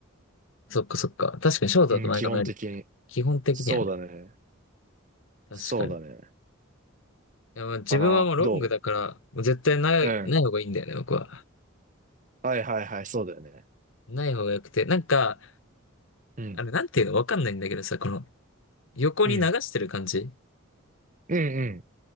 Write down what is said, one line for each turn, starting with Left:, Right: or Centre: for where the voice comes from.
Left: そっかそっか。確かにショートだと前髪あり。
Right: うん、基本的に。
Left: 基本的にはね。
Right: そうだね。
Left: 確かに。
Right: そうだね。
Left: いや、まあ自分はもうロングだから、
Right: かな。ど
Left: もう絶対ない、
Right: ううん。
Left: ない方がいいんだよね、僕は。
Right: はいはいはい、そうだよね。
Left: ない方が良くて。なんか、
Right: うん。
Left: あの、なんていうのわかんないんだけどさ、この、横に流してる感じ
Right: うんうんうん。